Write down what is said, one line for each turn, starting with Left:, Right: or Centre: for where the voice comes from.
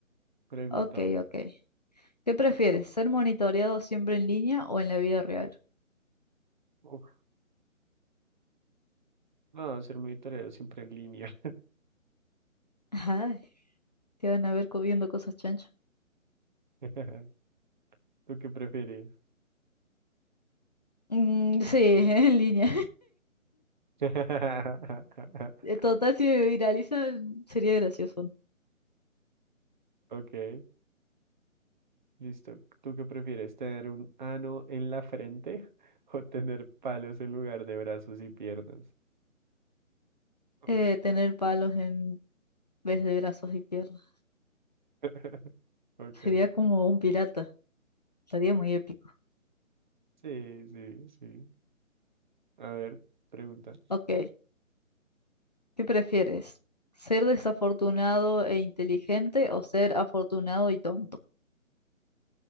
Right: pregúntame.
Left: Ok, ok. ¿Qué prefieres? ¿Ser monitoreado siempre en línea o en la vida real?
Right: Uf, no, ser monitoreo siempre en línea.
Left: <laughs> Ay, te van a ver comiendo cosas chanchas.
Right: <laughs> ¿Tú qué prefieres?
Left: Mm, sí, <laughs> en línea.
Right: <laughs>
Left: Eh, Total, si me viralizan, sería gracioso. ¿no?
Right: Ok. Listo. ¿Tú qué prefieres, tener un ano en la frente <laughs> o tener palos en lugar de brazos y piernas? Ush.
Left: Eh, tener palos en vez de brazos y piernas.
Right: <laughs> Ok.
Left: Sería como un pirata. Sería muy épico.
Right: Sí, sí, sí. A ver, pregunta.
Left: Ok, ¿qué prefieres? ¿Ser desafortunado e inteligente o ser afortunado y tonto?